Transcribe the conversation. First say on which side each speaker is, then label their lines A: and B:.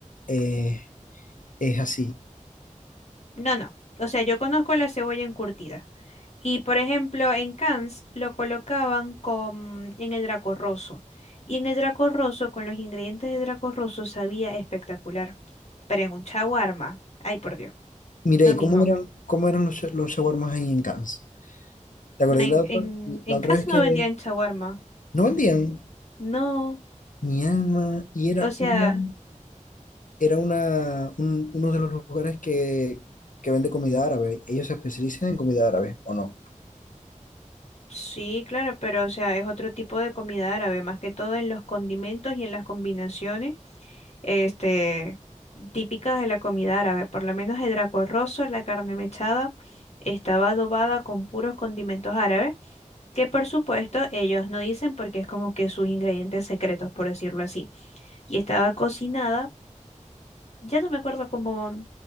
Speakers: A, on the left; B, on the left.
A: eh, es así.
B: No, no. O sea, yo conozco la cebolla encurtida. Y por ejemplo, en Cannes lo colocaban con, en el Draco Rosso. Y en el Draco Rosso, con los ingredientes de Draco Rosso, sabía espectacular. Pero en un shawarma. Ay, por Dios.
A: Mira,
B: No,
A: ¿y
B: mijo.
A: cómo eran, cómo eran los, los shawarmas ahí en Cannes? ¿Te acordás
B: No, en,
A: la otra,
B: en, en
A: la otra
B: Cannes
A: vez
B: no
A: que
B: vendían shawarma.
A: no vendían?
B: No.
A: Mi alma, y era
B: O sea,
A: una, era una, un- uno de los lugares que, que vende comida árabe. Ellos se especializan en comida árabe, ¿o no?
B: sí, claro, pero o sea, es otro tipo de comida árabe, más que todo en los condimentos y en las combinaciones este, típicas de la comida árabe, por lo menos el draco rosso, la carne mechada, estaba adobada con puros condimentos árabes, que por supuesto ellos no dicen porque es como que sus ingredientes secretos, por decirlo así. Y estaba cocinada, ya no me acuerdo cómo,